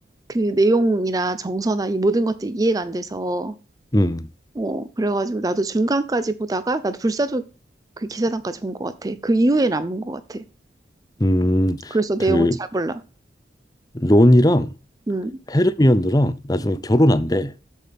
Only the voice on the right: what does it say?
그 내용이나 정서나 이 모든 것들이 이해가 안 돼서
어 그래가지고 나도 중간까지 보다가 나도 불사조 그 기사단까지 본 것 같아. 그 이후엔 안본 것 같아.
그래서
내용을 잘 몰라.
음,